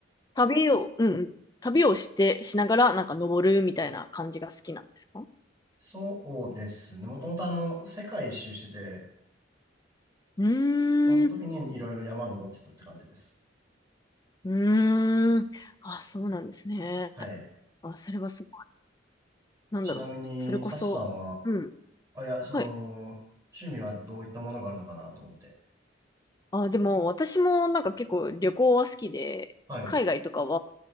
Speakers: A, on the left (about 20°); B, on the right (about 20°).
A: 旅を、うんうん、旅をして、しながら、なんか登るみたいな感じが好きなんですか
B: そうですね。もともとあの、世界一周してて、
A: うーん、
B: その時にいろいろ山登ってたって感じです。
A: うーん、あ、そうなんですね。
B: はい。
A: あ、それはすなんだろう。
B: ちなみに、
A: それこそ、
B: サチさんは、
A: うん。
B: あ、いや、その、
A: はい。
B: 趣味はどういったものがあるのかなと思って。
A: あ、でも私もなんか結構旅行は好きで、
B: はい。
A: 海外とかは、